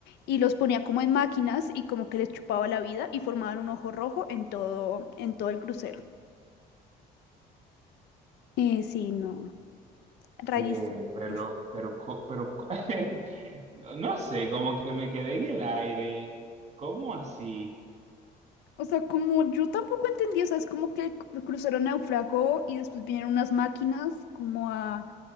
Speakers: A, on the left; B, on the right.
A: y los ponía como en máquinas y como que les chupaba la vida y formaban un ojo rojo en todo, en todo el crucero. Eh, sí, no, rarísimo,
B: Que, pero,
A: rarísimo.
B: pero, co- pero, co- <laughs> no, no sé, como que me quedé en el aire. ¿Cómo así?
A: O sea, como yo tampoco entendí, o sea, es como que el cru- el crucero naufragó y después vinieron unas máquinas como a